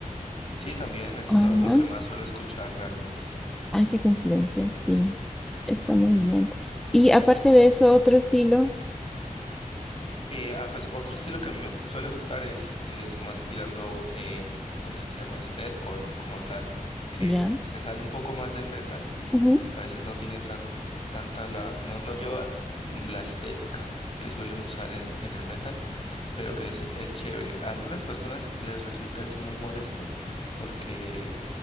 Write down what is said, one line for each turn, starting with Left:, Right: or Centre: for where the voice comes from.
Left: Sí, también es lo,
Centre: Ajá.
Left: lo que más suelo escuchar realmente.
Centre: Ay, qué coincidencia, sí. Está muy bien. Y aparte de eso, otro estilo,
Left: Eh, ah, pues otro estilo que a mí me gu- suele gustar es, es más tirando, em, ¿cómo se llama eso? Deathcore como tal, que
Centre: ya.
Left: se sale un poco más del metal.
Centre: Ujú.
Left: A veces no tiene tan, tanta la, no, no lleva mm, la estética que suelen usar en, en el metal, pero que es, es chévere. A algunas personas les resulta es muy molesto porque